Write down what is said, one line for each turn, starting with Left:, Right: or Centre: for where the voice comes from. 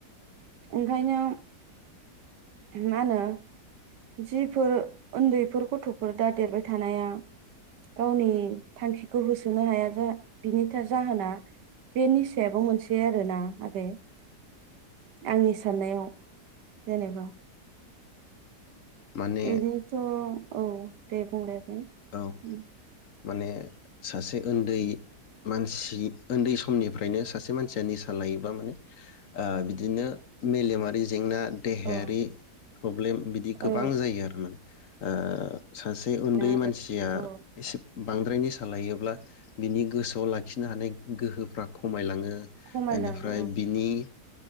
Right: ओंखायनो मा होनो जिफोर उन्दैफोर गथ'फोर दा देरबाय थानाया गावनि थांखि खौ होसोनो हाया बिनिथार जाहोना बे निसायाबो मोनसे आरोना आगै आंनि साननायाव जेनेबा
Left: माने
Right: एदिथ' औ दे बुं दे
Left: औ
Right: <unintelligible>
Left: माने सासे उन्दै मानसि उन्दै समनिफ्रायनो सासे मानसिया निसा लायोबा माने बिदिनो मेलेमारि जेंना देहायारि
Right: औ
Left: प्रब्लेम बिदि गोबां
Right: औ
Left: जायो आरो माने ओ सासे उन्दै
Right: बेनो आरो
Left: मानसि जिया
Right: औ
Left: एसे बांद्रायनो सालायोब्ला बिनि गोसोआव लाखिनो हानाय गोहोफ्रा खमायलाङो
Right: खमायलाङो
Left: बेनिफ्राय
Right: औ
Left: बिनि